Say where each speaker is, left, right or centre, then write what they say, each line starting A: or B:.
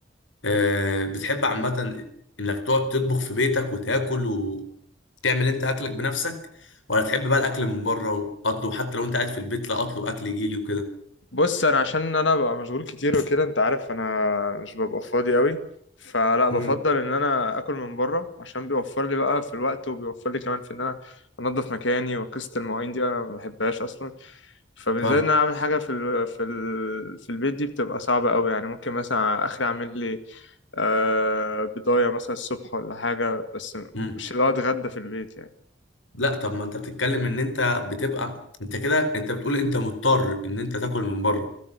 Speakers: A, on the left; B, on the left.
A: آه، بتحب عامة إنك تقعد تطبخ في بيتك وتاكل وتعمل أنت أكلك بنفسك ولا تحب بقى الأكل من بره وأطلب حتى لو أنت قاعد في البيت لا أطلب أكل يجيلي وكده
B: بص انا عشان انا ببقى مشغول كتير وكده انت عارف انا مش ببقى فاضي قوي فلا بفضل
A: امم
B: ان انا اكل من بره عشان بيوفر لي بقى في الوقت وبيوفر لي كمان في ان انا انضف مكاني وقصه المواعين دي انا ما بحبهاش اصلا فبالذات
A: فاهم
B: ان انا اعمل حاجه في ال... في ال... في البيت دي بتبقى صعبه قوي يعني ممكن مثلا اخري اعمل لي آه بضايه مثلا الصبح ولا حاجه بس
A: امم
B: مش اللي هو اتغدى في البيت يعني
A: لا طب ما أنت بتتكلم إن أنت بتبقى أنت كده أنت بتقول أنت مضطر إن أنت تاكل من بره